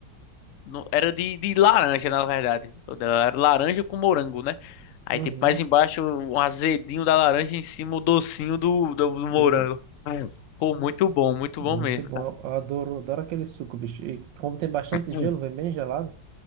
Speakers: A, on the left (about 65°); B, on the right (about 80°).
A: no- era de, de laranja, na verdade. O dela era laranja com morango, né? Aí,
B: Uhum.
A: tipo, mais embaixo, o azedinho da laranja, em cima, o docinho do, do, do morango.
B: Do molho.
A: Hum. Pô, muito bom, muito
B: Muito
A: bom mesmo,
B: bom.
A: cara.
B: Eu adoro, adoro aquele suco, bicho. E como tem bastante
A: Hum.
B: gelo, vem bem gelado.